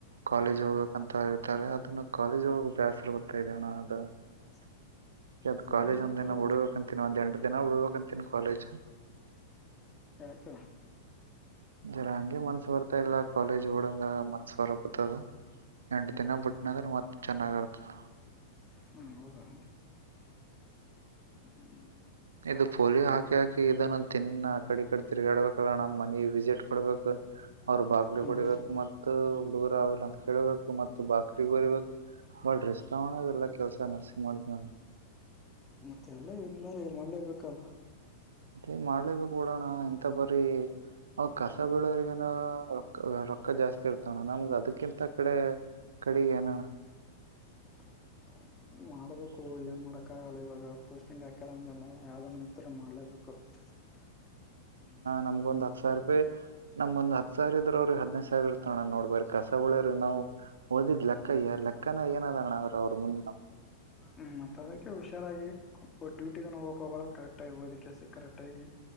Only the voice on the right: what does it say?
ಕಾಲೇಜ್ ಹೋಗ್ಬೇಕ್ ಅಂತ ಹೇಳ್ತಾರೆ ಅದನ್ನ ಕಾಲೇಜ್ ಹೋಗ ಬೇಸ್ರ ಬರ್ತಾ ಇದೆಣ್ಣ ಅದು
ಯಾಕ್ ಕಾಲೇಜ್
ಒಂದ್ ದಿನ
ಬಿಡ್ಬೇಕಂತನಿ ಒಂದ್ ಎಂಟ ದಿನ ಬಿಡ್ಬೇಕಂತನಿ ಕಾಲೇಜ್
ಜರ ಹಂಗೆ ಮನ್ಸ ಬರ್ತಾ ಇಲ್ಲ ಕಾಲೇಜ್ ಓಡಂಗ ಮನ್ಸ್ ಬರಪತದ ಎಂಟ ದಿನ ಬಿಟ್ನಂದ್ರೆ ಮತ್ ಚೆನ್ನಾಗರ್ತದ
ಇದು ಪೋಲಿಯೋ ಹಾಕಿ ಹಾಕಿ ಇದನ್ನು ತಿನ್ನ ಆಕಡಿ ಕಟ್ಟು ತಿರುಹೇಳ್ಬೇಕಲ್ಲ ಅಣ್ಣ ಮೊನ್ನಿ ವಿಸಿಟ್ ಕೊಡ್ಬೇಕು ಅವರು ಬಾಗ್ಲು
ಹೊಡಿಬೇಕು ಮತ್ತ ಹುಡುಗುರ್ ಅವರ ಅಂತ ಕೇಳ್ಬೇಕು ಮತ್ ಬಕ್ಲಿಗ್ ಬರಿಬೇಕು ಬಾಳ ರಿಸ್ಕ್ ಆಗೋಣ ಎಲ್ಲಾ ಕೆಲ್ಸ ನರ್ಸಿ ಮಾಡ್ದ್
ಮತ್ತೆ ಮಾಡ್ಲಬೇಕ ಕುಡೋಣ ಇಂಥ ಬರೀ ಅವ ಕಸ ಬಳೋವರಿಗನ ರೊ ರೊಕ್ಕ ಜಾಸ್ತಿ ಇರ್ತಣ ನಮ್ಗ ಅದಕ್ಕಿಂತ ಕಡೆ ಕಡಿಗೆ ನಣ
ಏನಣ್ಣ
ನಮ್ಗ ಒಂದ ಹತ್ ಸಾವಿ ರೂಪಾಯ್ ನಮ್ಗೊಂದ ಹ ಸಾವಿರ ಇದ್ರ ಅವ್ರ ಹದಿನೈದುಾವ ಕಾಗಿ ಇರ್ತಣ ನೋಡ್ಬ್ರ ಕಸುಳ್ಯರು ನಾವು ಓದಿದ್ ಲೆಕ್ಕಯ್ಯ ಲೆಕ್ಕನ ಏನದಣದ್ರ ಅವ್ರ ಮುಂದ